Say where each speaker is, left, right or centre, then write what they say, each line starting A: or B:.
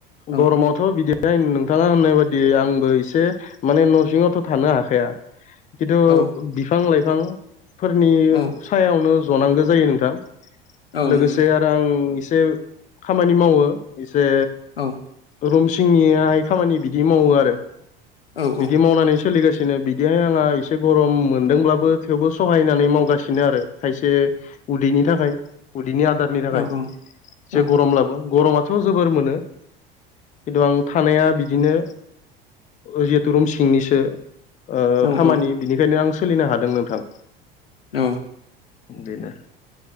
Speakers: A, on the left; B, on the left.
A: औ
B: गरमावथ' बिदिहाय नोंथाङा होननाय बादि आंबो एसे माने न'सिङावथ' थानो हाखाया। खिनथु
A: औ
B: बिफां -लाइफां फोरनि
A: औ
B: सायावनो जनांगौ जायो नोंथां।
A: औ
B: लोगोसे
A: नंगौ
B: आरो आं एसे खामानि मावो एसे
A: औ
B: रुमसिंनि हाय खामानि बिदि मावो आरो
A: औ
B: बिदि
A: औ
B: मावनानै सोलिगासिनो बिदिहाय आंहा एसे गरम मोनदोंब्लाबो थेवबो सहायनानै मावगासिनो आरो। खायसे उदैनि थाखाय
A: औ
B: उदैनि आदारनि थाखाय
A: औ
B: से
A: औ
B: गरम लाबो गरमाथ' जोबोर मोनो खिन्थु आं थानाया बि बिदिनो ओ जिहेतु रुम सिंनिसो ओ
A: औ
B: खामानि
A: औ
B: बिनिखायनो आं सोलिनो हादों नोंथां।
A: औ।
B: बेनो